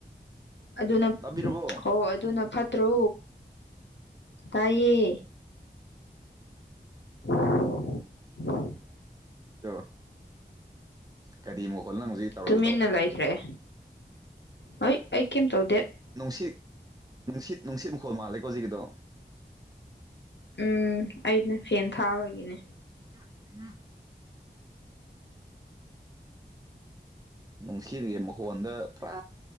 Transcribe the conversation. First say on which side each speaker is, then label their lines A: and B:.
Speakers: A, on the left; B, on the right.
A: ꯑꯗꯨꯅ
B: ꯇꯥꯕꯤꯔꯕꯣ
A: ꯍꯣ ꯑꯗꯨꯅ ꯐꯠꯇ꯭ꯔꯣ ꯇꯥꯏꯌꯦ ꯎ
B: ꯑꯣ ꯀꯔꯤ ꯑꯃꯨꯛ ꯍꯣꯜ ꯅꯪ ꯍꯧꯖꯤꯛ ꯇꯧꯔꯛꯏꯕꯗꯣ
A: ꯇꯨꯃꯤꯟꯅ ꯂꯩꯈ꯭ꯔꯦ ꯍꯣꯏ ꯑꯩ ꯀꯩꯝ ꯇꯧꯗꯦ
B: ꯅꯨꯡꯁꯤꯠ ꯅꯨꯡꯁꯤꯠ ꯅꯨꯡꯁꯤꯠ ꯃꯈꯨꯣꯜ ꯃꯥꯜꯂꯦꯀꯣꯖꯤꯒꯤꯗꯣ
A: ꯎꯝ ꯑꯩꯅ ꯐꯦꯟ ꯊꯥꯕꯒꯤꯅꯦ
B: ꯎ ꯅꯨꯡꯁꯤꯔꯤꯉꯦ ꯃꯈꯣꯟꯗ ꯄꯨꯔꯥ